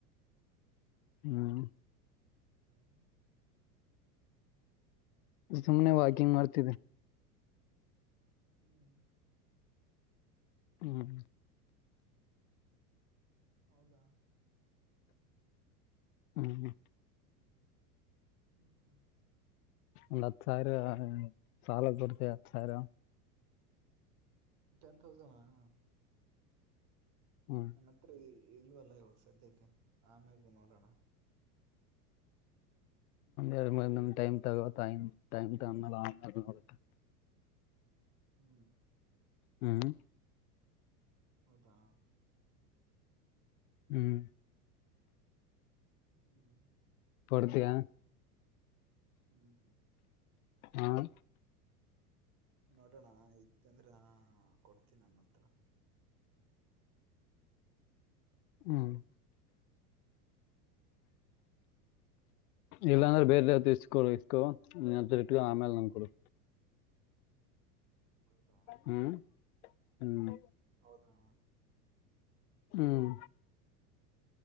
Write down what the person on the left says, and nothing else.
ಹ್ಮ್
ಸುಮನೆ ವಾಕಿಂಗ್ ಮಾಡ್ತವಿ
ಹ್ಮ
ಹ್ಮ
ಒಂದ್ ಹತ್ ಸಾವಿರ ಸಾಲ ಕೊಡ್ತ ಹತ್ ಸಾವಿರ
ಹ್ಮ್
ಎರಡ <unintelligible> ಟೈಮ್ ತಗೋತಾ ಟೈಮ್ ತೊಗೊಂಡ ಮೇಲ ಆನ್ ಅಗತ
ಹ್ಮ್
ಹ್ಮ್
ಪಡ್ತಿಯಾ
ಹ್ಮ
ಹ್ಮ್ ಇಲ್ಲಾ ಅಂದ್ರೆ ಬೇರೆತ್ತು ಇಸ್ಕೋರು ಇಸ್ಕೋ ಆಮೇಲೆ ನಂಕರು
ಹ್ಮ್ ಹ್ಮ್
ಹ್ಮ್